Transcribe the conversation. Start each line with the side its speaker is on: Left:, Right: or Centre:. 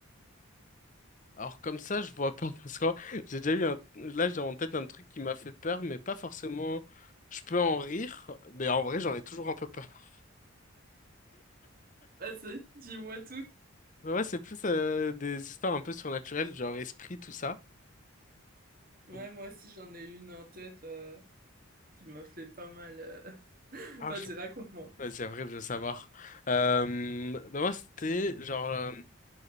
Left: Alors comme ça, je vois pas <laughs> parce que j'ai déjà eu un... Là, j'ai en tête un truc qui m'a fait peur, mais pas forcément... Je peux en rire, mais en vrai, j'en ai toujours un peu peur. <laughs>
Right: Vas-y, dis-moi tout.
Left: Mais ouais, c'est plus euh, des histoires un peu surnaturelles, genre esprit, tout ça.
Right: Ouais,
Left: Ou-
Right: moi aussi, j'en ai une en tête euh, qui m'a fait pas mal. euh. <laughs>
Left: Ah,
Right: Vas-y,
Left: je...
Right: raconte-moi.
Left: ouais, c'est vrai, je veux savoir. Euh... Bah moi, c'était genre... euh,